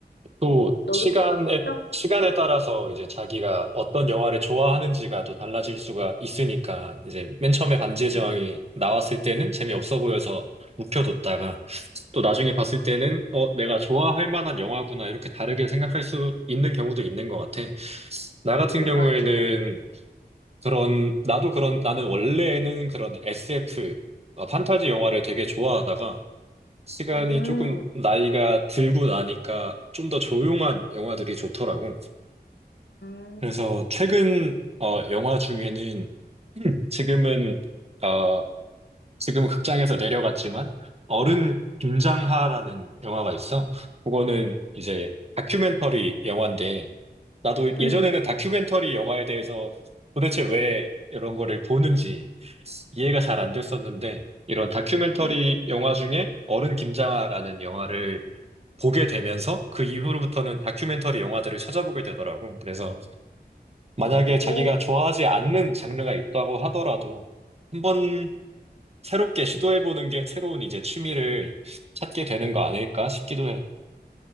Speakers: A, on the right (about 35°); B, on the left (about 85°).
A: 또
B: 어, 너도
A: 시간에
B: 그거 봤어?
A: 시간에 따라서 이제 자기가 어떤 영화를 좋아하는지가 또 달라질 수가 있으니까 이제 맨 처음에 반지의
B: 음,
A: 제왕이 나왔을 때는 재미없어 보여서 묵혀뒀다가 또 나중에 봤을 때는 어 내가 좋아할 만한 영화구나 이렇게 다르게 생각할 수 있는 경우도 있는 것 같아. 나 같은
B: 어,
A: 경우에는
B: 맞아.
A: 그런 나도 그런 나는 원래는 그런 SF 어, 판타지 영화를 되게 좋아하다가 시간이
B: 음,
A: 조금 나이가 들고 나니까 좀 더 조용한 영화들이 좋더라고.
B: 음,
A: 그래서 최근
B: 음,
A: 어, 영화 중에는 음, 지금은 어, 지금은 극장에서 내려갔지만 어른 김장하라는 영화가 있어. 그거는 이제 다큐멘터리 영화인데 나도
B: 음,
A: 예전에는 다큐멘터리 영화에 대해서 도대체 왜 이런 거를 보는지 이해가 잘 안 됐었는데 이런 다큐멘터리
B: 음.
A: 영화 중에 어른 김장하라는 영화를 보게 되면서 그 이후로부터는 다큐멘터리 영화들을 찾아보게 되더라고. 그래서 만약에
B: 오,
A: 자기가 좋아하지 않는 장르가 있다고 하더라도 한번 새롭게 시도해보는 게 새로운 이제 취미를 찾게 되는 거 아닐까 싶기도 해.